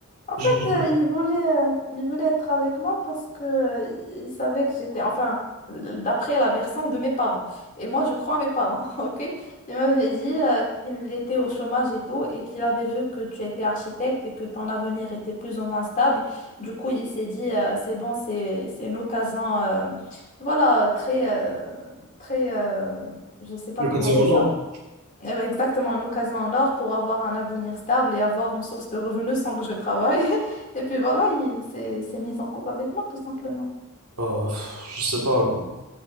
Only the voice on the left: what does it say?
En
fait,
euh, il voulait, euh, il voulait être avec moi parce que, euh, il savait que j'étais, enfin, euh, d'après la version de mes parents. Et moi, je crois à mes parents, <laughs> ok? Il m'avait dit, euh, qu'il était au chômage et tout, et qu'il avait vu que tu étais architecte et que ton avenir était plus ou moins stable. Du coup, il s'est dit, euh, c'est bon, c'est, c'est une occasion, euh, voilà, très, euh, très, euh, je sais pas
comment dire
ça.
Eh ben, Exactement, une occasion en or pour avoir un avenir stable et avoir une source de revenus sans que je travaille. <laughs> Et puis voilà, il s'est s'est mis en couple avec moi, tout simplement.